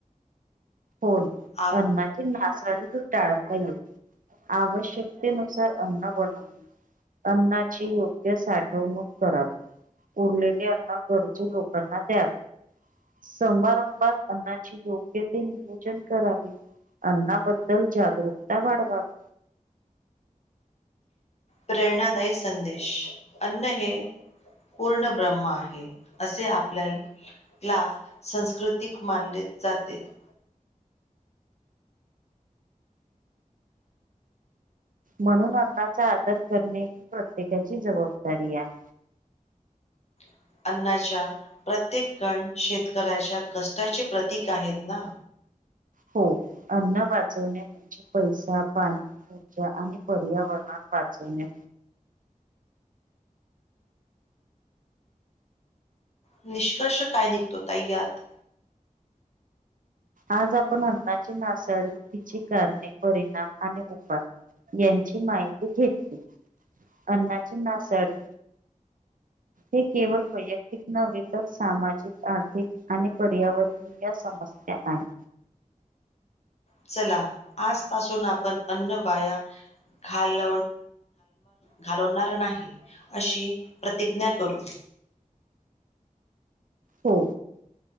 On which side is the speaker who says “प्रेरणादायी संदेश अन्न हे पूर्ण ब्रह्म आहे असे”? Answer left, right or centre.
Left